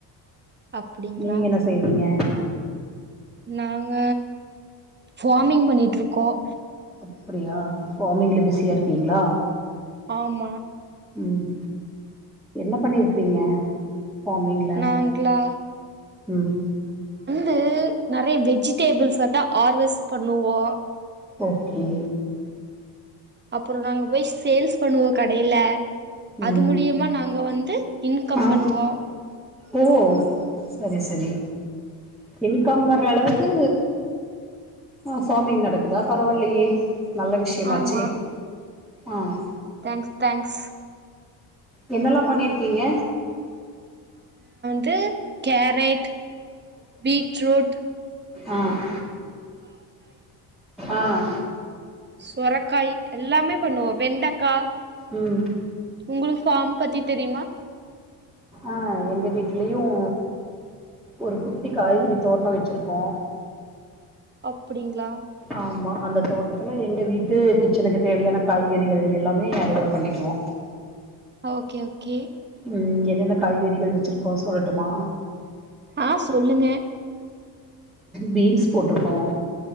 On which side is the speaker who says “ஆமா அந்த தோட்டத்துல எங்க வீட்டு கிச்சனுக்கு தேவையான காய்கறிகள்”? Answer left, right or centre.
Centre